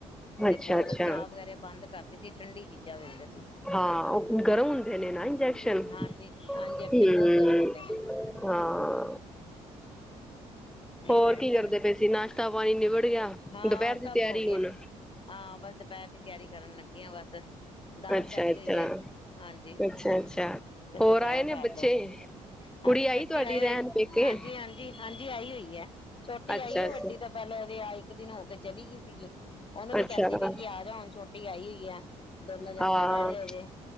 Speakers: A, on the left; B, in the centre.
A: ਤੇ
B: ਅੱਛਾ-ਅੱਛਾ,
A: ਬਹੁਤ ਚਾਹ ਵਗੈਰਾ ਬੰਦ ਕਰਦੀ ਸੀ, ਠੰਡੀ ਚੀਜ਼ਾਂ ਦਿੰਦੇ ਸੀ।
B: ਹਾਂ ਉਹ ਗਰਮ ਹੁੰਦੇ ਨੇ ਨਾ ਇੰਜੈਕਸ਼ਨ,
A: ਹਾਂਜੀ
B: ਹੂ
A: ਇੰਜੈਕਸ਼ਨ ਬਹੁਤ ਗਰਮ ਹੁੰਦੇ ਨੇ
B: ਹਾਂ, ਹੋਰ
A: ਇਹ ਤਾਂ ਹੈਗਾ
B: ਕੀ ਕਰਦੇ ਪਏ ਸੀ ਤੇ ਨਾਸ਼ਤਾ ਪਾਣੀ ਨਿਬੜ ਗਿਆ-
A: ਹਾਂ
B: ਦੁਪਹਿਰ ਦੀ
A: ਸਭ
B: ਤਿਆਰੀ
A: ਹੋ ਗਿਆ,
B: ਹੁਣ?
A: ਹਾਂ ਬਸ ਦੁਪਹਿਰ ਦੀ ਤਿਆਰੀ ਕਰਨ ਲੱਗੇ ਹ ਬਸ ਦਾਲ
B: ਅੱਛਾ-ਅੱਛਾ,
A: ਧਰੀ ਹੋਈ ਹੈ, ਹਾਂਜੀ-
B: ਅੱਛਾ-ਅੱਛਾ,
A: ਕਹਿੰਦੇ
B: ਹੋਰ ਆਏ
A: ਦਾਲ
B: ਨੇ
A: ਧਰਲਓ-
B: ਬੱਚੇ? ਕੁੜੀ
A: ਹਾਂਜੀ
B: ਆਈ
A: ਬੱਚੇ
B: ਤੁਹਾਡੀ
A: ਆਏ
B: ਰਹਿਣ
A: ਹੋਏ,
B: ਪੇਕੇ
A: ਹਾਂਜੀ- ਹਾਂਜੀ- ਹਾਂਜੀ ਆਈ ਹੋਈ ਹੈ, ਛੋਟੀ
B: ਅੱਛਾ-ਅੱਛਾ,
A: ਆਈ ਹੈ, ਵੱਡੀ ਦਾ ਪਹਿਲੇ ਔ ਰਿਹਾ, ਇਕ ਦਿਨ ਹੋ ਕੇ ਚਲੀ ਗਈ ਸੀਗੀ, ਉਹਨੂੰ ਵੀ
B: ਅੱਛਾ
A: ਕਹਿੰਦੀ ਵੀ ਕਿ ਆ ਜਾਣ ਛੋਟ ਛੋਟੀ ਆਈ ਹੋਈਆਂ ਐ, ਦੋਨੋ ਜਣੀਆਂ
B: ਹਾਂ
A: ਰਹਿ ਜੋ ਹਜੇ-